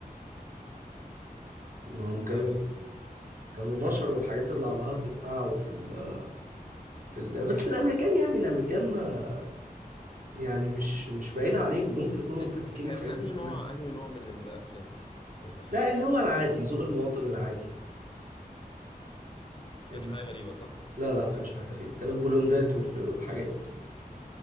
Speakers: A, on the right; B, on the left.
A: ما هم كانوا
B: حاجة غريبة
A: كانوا نشروا الحاجات اللي على الهارد بتاعه في ال... في ال... بس الامريكان يعني الامريكان ما يعني مش مش بعيد عليهم ممكن يكونوا
B: ات-
A: مفككين
B: كان
A: الحاجات
B: انهي
A: دي كلها
B: نوع انهي نوع من الافلام الاباحية
A: لا
B: ما
A: اللي هو العادي ذوق المواطن العادي
B: كانش
A: ال...
B: حاجة غريبة صح
A: لا لا ما كانش حاجه غريبه كان البولوندات وال... والحاجات دي